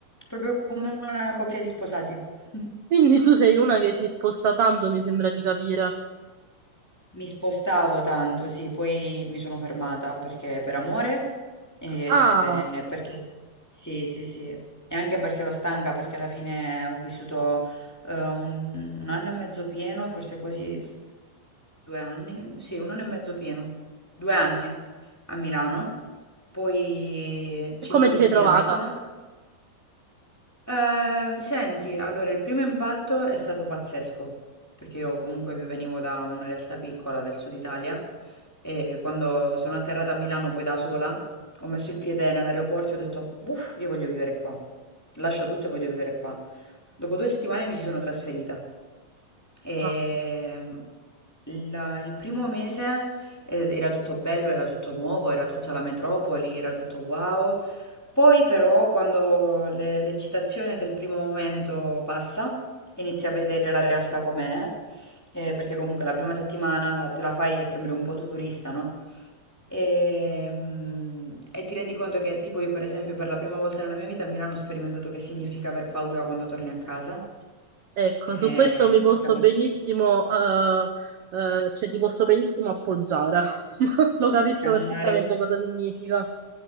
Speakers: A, in the centre; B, on the right.
A: proprio come una coppia di sposati. <laughs>
B: Quindi tu sei una che si sposta tanto, mi sembra di capire.
A: Mi spostavo tanto, sì, poi mi sono fermata perché per amore e
B: Ah,
A: perché sì, sì, sì, e anche perché ero stanca, perché alla fine ho vissuto eh, un, un anno e mezzo pieno, forse quasi due anni, sì, un anno e mezzo pieno, due anni a Milano, poi
B: e
A: cinque
B: come ti
A: mesi
B: sei trovata?
A: a Mykonos. Ehm, senti, allora il primo impatto è stato pazzesco, perché io comunque venivo da una realtà piccola del sud Italia e quando sono atterrata a Milano poi da sola, ho messo il piede nell'aeroporto e ho detto, uff, io voglio vivere qua, lascio tutto e voglio vivere qua. Dopo 2 settimane mi ci sono trasferita. Ehm,
B: Ah.
A: la- il primo mese eh, era tutto bello, era tutto nuovo, era tutta la metropoli, era tutto wow. Poi però quando le- l'eccitazione del primo momento passa, inizi a vedere la realtà com'è, eh, perché comunque la prima settimana la- te la fai e sembri un po' turista, no? E, mm, e ti rendi conto che, tipo, io, per esempio, per la prima volta nella mia vita a Milano ho sperimentato che significa aver paura quando torni a casa.
B: Ecco,
A: Eh,
B: su questo mi posso
A: per cammi-
B: benissimo, eh, eh, cioè ti posso benissimo appoggiare. <laughs> Lo capisco
A: camminare.
B: perfettamente cosa significa.